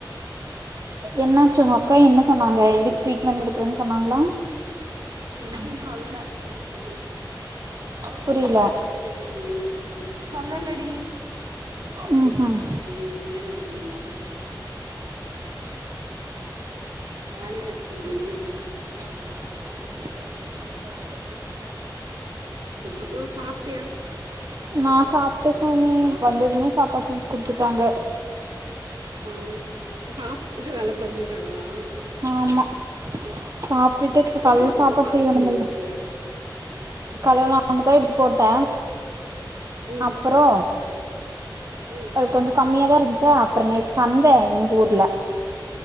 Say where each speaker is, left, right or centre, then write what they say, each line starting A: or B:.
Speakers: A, on the right; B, on the right.
A: என்னாச்சு உங்க அக்கா என்ன சொன்னாங்க இதுக்கு ட்ரீட்மெண்ட் எடுக்குறன் சொன்னாங்ளா
B: <unintelligible>
A: புரில
B: சொல்லலடி
A: ம் ஹும்
B: ஏ இது வேற <unintelligible> காளிதாசன் நீங்க
A: <inaudible>
B: அப்றோ சாப்டியா
A: நா சாப்டே சௌமி வந்ததுமே சாப்பாடு செஞ்சு குடுத்துட்டாங்க
B: பாரே இப்ப சாப்ட்டுட்டு வேல பாருன்டாங்களா
A: ஆமா சாப்ட்டுட்டு இப்ப
B: என்ன
A: காலைல
B: பண்ருக்க
A: சாப்பாடு
B: பாத்திரோ
A: செய்யணும்ல்ல
B: கழுவிட்டு இருக்கியா
A: கலவு லாம தா எடுத்து போட்டே
B: ம்
A: அப்பறோ
B: ம்
A: அது கொஞ்சோ கம்மியா தா இருன்ச்சா அப்றோ நேத் சந்த எங்ஊர்ல